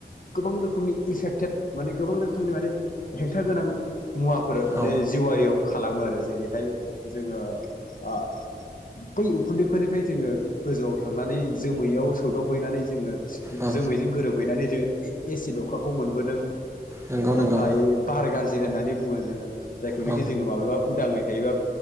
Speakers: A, on the left (about 50°); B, on the right (about 15°).
A: गोबां रोखोमनि इफेक्टेड माने गोबां रोखोमनि माने हेंथा गोनां मुवाफोर
B: औ
A: माने जिवारियाव खालामो आरो जेरैहाय जोङो ओ बै उखुन्दैफोरनिफ्राय जोङो गोजौआव थांनानै जोमैयाव सोवदावहैनानै जोङो
B: औ
A: जोमैजों गोरोबहैनानै जोङो ए एसिड अखाखौ मोनबोदों
B: नंगौ नंगौ
A: ओमफ्राय बार गाज्रि होननानै बुङो जोङो जायखौनोखि
B: औ
A: जोङो माब्लाबा उदाङै थायोबा